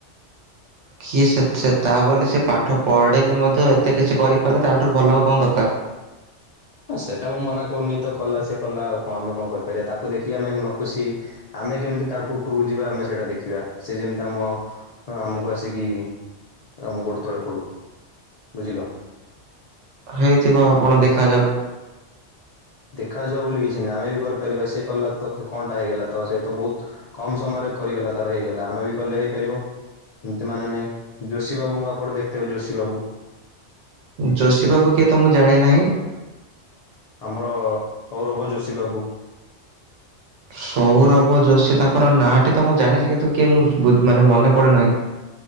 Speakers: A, on the right (about 80°); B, on the left (about 70°).
A: କିଏ ସେ ସେ ତା ବୋଲି ସିଏ ପାଠ ପଢ଼େଇକି ମଧ୍ୟ ଏତେ କିଛି କରିପାରଲା ତାଠାରୁ ଭଲ ଆଉ କଣ ଦରକାର।
B: ହ ସେଟା ମୁଁ ମନା କରୁନି ତ କଲା ସେ କଲା ଆଉ କଣ ଆମେ କଣ କରିପାରିବା ତାକୁ ଦେଖିକି ଆମେ ନ ଖୁସି ଆମେ କେମତି ତାଠୁ ଉପରୁକୁ ଯିବା ଆମେ ସେଟା ଦେଖିବା ସେ ଯେମତି ଆମ ହଁ ଆମୁକୁ ଆସିକି ଆମ ଗୋଡ ତଳେ ପଡୁ ବୁଝିଲ।
A: ହେଇଥିବ ଆପଣ ଦେଖାଯାଉ।
B: ଦେଖାଯାଉ ବୋଲି କିଛି ନା ଆମେ ବି କରିପାରିବା ସିଏ କରଲା ତ କେ କଣଟା ହେଇଗଲା ତ ସେ ତ ବୋହୁତ କମ ସମୟରେ କରିଗଲା ତାର ହେଇଗଲା ଆମେ ବି କଲେ ହେଇପାରିବ। ସେମତି ମାନେ ନାଇଁ ଯୋଶୀ ବାବୁଙ୍କୁ ଆପଣ ଦେଖିଥିବେ ଯୋଶୀ ବାବୁ।
A: ଯୋଶୀ ବାବୁ କିଏ ତ ମୁଁ ଜାଣିନାହିଁ।
B: ଆମର ସୌରଭ ଯୋଶୀ ବାବୁ।
A: ସୌରଭ ଯୋଶୀ ତାଙ୍କର ନାଁଟି ତ ମୁଁ ଜାଣିଚି କିନ୍ତୁ କିଏ ମୁଁ ବୁଜ୍ ମାନେ ମନେପଡୁ ନାହିଁ।